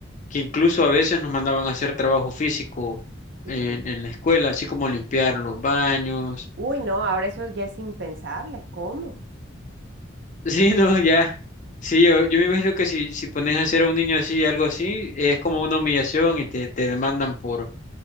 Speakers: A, on the left (about 40°); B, on the right (about 60°).
A: que incluso a veces nos mandaban a hacer trabajo físico
B: ujú.
A: en, en la escuela, así como limpiar los baños.
B: Uy,
A: <laughs>
B: no, ahora eso ya es impensable. ¿Cómo?
A: Sí, no, ya. Sí, yo, yo me imagino que si, si pones a hacer a un niño así, algo así, es como una humillación y te, te demandan por,